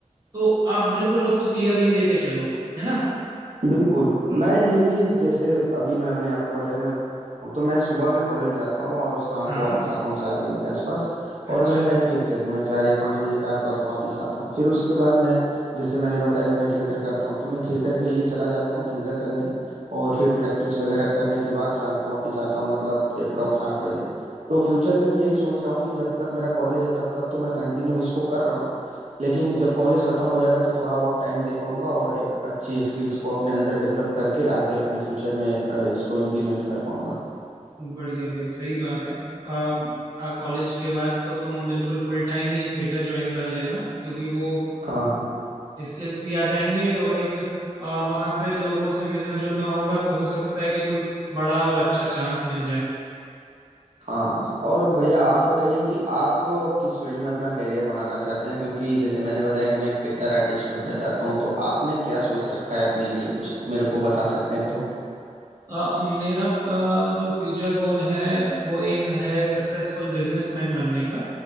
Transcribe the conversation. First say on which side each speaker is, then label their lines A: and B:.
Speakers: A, on the right; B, on the right.
A: तो आप बिल्कुल उसको क्लियरली लेके चलो है ना
B: बिल्कुल।
A: हम्म,
B: मैं ये भी जैसे अभी मैंने आपको बताया कि मैं तो मैं सुबह में कॉलेज जाता हूँ और शाम
A: हाँ
B: को वापस आता हूँ 4 बजे के आसपास और
A: अच्छा
B: मेरा टाइम फिक्स है कि मैं 4 या 5 बजे के आसपास वापस आता हूँ। फिर उसके बाद मैं जैसे मैंने बताया कि मैं थिएटर करता हूँ, तो मैं थिएटर के लिए चला जाता हूँ, थिएटर करने और फिर प्रैक्टिस वगैरह करने के बाद शाम को वापस आता हूँ मतलब एप्रॉक्स 8 बजे। तो फ्यूचर में भी यही सोच रहा हूँ कि जब तक मेरा कॉलेज है तब तक तो मैं कंटिन्यू इसको कर रहा हूँ। लेकिन जब कॉलेज खत्म हो जाएगा तो थोड़ा और टाइम दे पाऊंगा और एक अच्छी स्किल्स को अपने अंदर डेवलप करके आगे अपने फ्यूचर में अ, इसको इम्प्लीमेंट कर पाऊंगा
A: बढ़िया भाई सही बात है आ, आ कॉलेज के बाद तो तुम बिल्कुल फुल टाइम ही थिएटर ज्वाइन कर लेना क्योंकि वो
B: हाँ हाँ
A: स्किल्स भी आ जाएंगे और एक आ, वहाँ पे लोगों से मिलना जुलना होगा तो हो सकता है कि कोई बड़ा और अच्छा चांस मिल जाए
B: हाँ और भैया आप बताइए कि आप अ, किस फील्ड में अपना कैरियर बनाना चाहते हैं क्योंकि जैसे मैंने बताया कि मैं थिएटर आर्टिस्ट बनना चाहता हूँ तो आपने क्या सोच रखा है अपने लिए कुछ मेरे को बता सकते हैं तो
A: अ, मेरा अ, जो फ्यूचर गोल है वो एक है सक्सेसफुल बिजनेसमैन बनने का